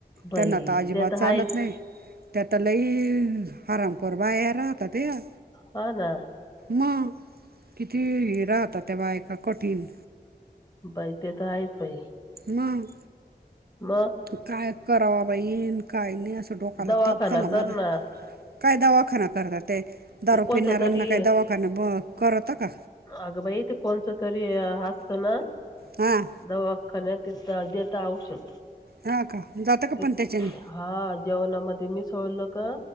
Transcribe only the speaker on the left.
बाई
ते
आहेच
हा, ना,
बाई, ते तर, आहेच बाई,
म,
दवाखाना
कर
ना
ते
कोणतं
तरी
अगं, बाई ते कोणचं, तरी असतं ना.
दवाखान्यात, देता औषध.
ते
हा, जेवणामध्ये मी सोडल त,